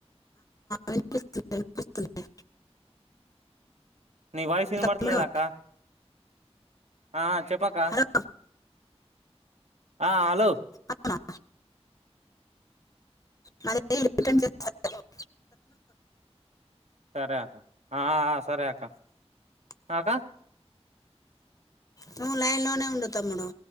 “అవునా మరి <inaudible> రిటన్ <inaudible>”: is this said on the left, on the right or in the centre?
Left